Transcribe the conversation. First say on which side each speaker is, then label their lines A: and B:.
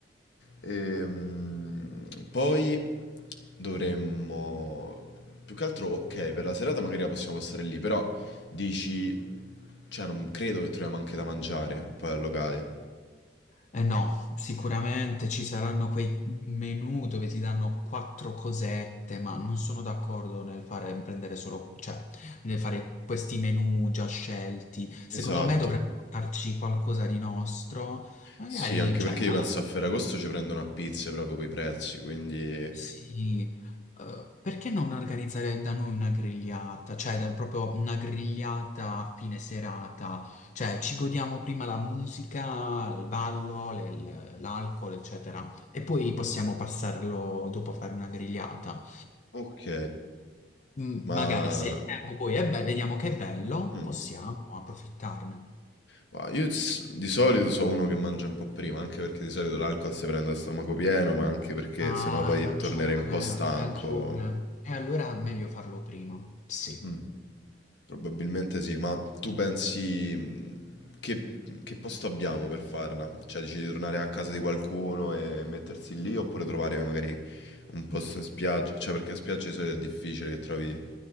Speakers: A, on the left (about 80°); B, on the left (about 45°).
A: Ehm, poi dovremmo... Più che altro, ok, per la serata magari la possiamo passare lì, però dici... Cioè, non credo che troviamo anche da mangiare poi al locale.
B: Eh no, sicuramente ci saranno quei menù dove ti danno quattro cosette, ma non sono d'accordo nel fare, prendere solo, cioè, nel fare questi menù già scelti. Secondo
A: Esatto.
B: me dovremmo portarci qualcosa di nostro, magari,
A: Sì, anche
B: cioè,
A: perché
B: alla-
A: io penso a Ferragosto ci prendono a pizze proprio quei prezzi, quindi...
B: Sì, eh, perché non organizzare da noi una grigliata? Cioè, da- proprio una grigliata a fine serata. Cioè, ci godiamo prima la musica, il ballo, le- l- l'alcol, eccetera. E poi possiamo passarlo dopo a fare una grigliata.
A: Ok,
B: Mm,
A: ma...
B: magari se il tempo poi è bello, vediamo che è bello,
A: Mm.
B: possiamo approfittarne.
A: Ma io s- di solito so uno che mangia un po' prima, anche perché di solito l'alcol si prende a stomaco pieno, ma anche perché
B: Ah,
A: sennò poi
B: hai ragione,
A: tornerei un po' stanco.
B: hai ragione. E allora è meglio farlo prima. Sì.
A: Mh, probabilmente sì, ma tu pensi, mhmm, che che posto abbiamo per farla? Cioè dici di tornare a casa di qualcuno e mettersi lì, oppure trovare magari un posto in spiaggia? Cioè perché in spiaggia di solito è difficile che trovi,